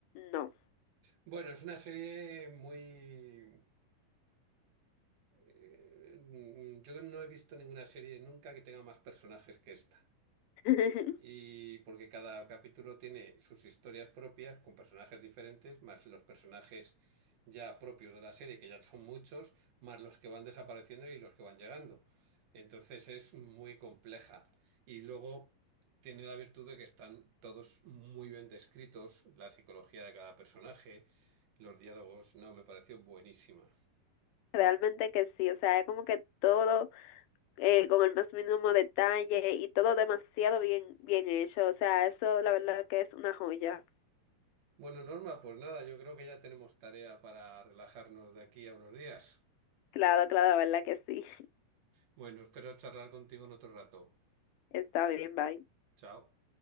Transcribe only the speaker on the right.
Bueno, es una serie muy... eh, mm, yo no he visto ninguna serie nunca que tenga más personajes que esta.
Y porque cada capítulo tiene sus historias propias con personajes diferentes, más los personajes ya propios de la serie, que ya son muchos, más los que van desapareciendo y los que van llegando. Entonces es muy compleja. Y luego tiene la virtud de que están todos muy bien descritos, la psicología de cada personaje, los diálogos, no, me pareció buenísima.
Bueno, Norma, pues nada, yo creo que ya tenemos tarea para relajarnos de aquí a unos días.
Bueno, espero charlar contigo en otro rato.
Chao.